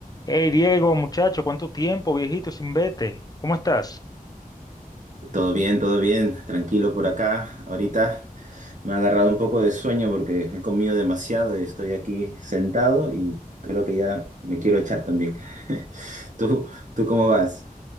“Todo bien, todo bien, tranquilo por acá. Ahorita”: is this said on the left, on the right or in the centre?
Right